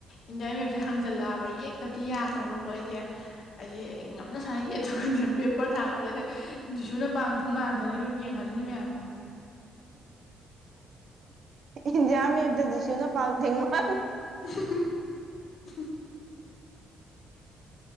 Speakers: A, on the left (about 60°); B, on the right (about 55°).
A: ꯏꯟꯗꯤꯌꯥ ꯃꯞꯁꯦ ꯍꯪꯖꯜꯂꯛꯑꯕ ꯌꯦꯛ ꯇꯕꯗꯤ ꯌꯥꯗ꯭ꯔꯕꯀꯣ ꯑꯩꯁꯦ ꯑꯩꯁꯦ ꯑꯩ ꯉꯝꯅ ꯁꯥꯟꯅꯩ ꯑꯗꯨꯒꯗꯤ ꯄꯦꯄꯔ ꯊꯥꯒꯠꯂꯒ ꯁꯨꯅ ꯄꯥꯡꯊꯤꯡ ꯃꯥꯟꯊꯔ ꯌꯦꯡꯍꯜꯂꯤꯅꯤ ꯃꯌꯥꯝꯗ
B: ꯏꯟꯗꯤꯌꯥꯃꯤꯛꯇ ꯖꯤꯁꯨꯨꯅ ꯄꯥꯜ ꯊꯦꯡ ꯃꯥ
A: <unintelligible>